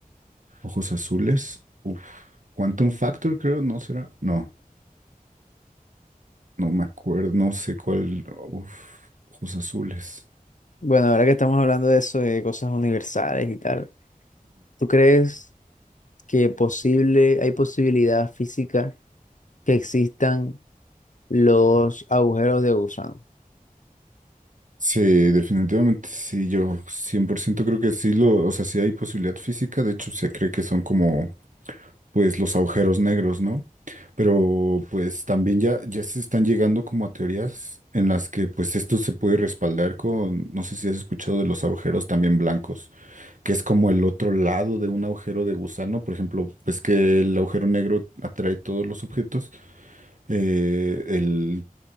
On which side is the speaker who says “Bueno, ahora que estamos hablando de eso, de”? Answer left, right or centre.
Left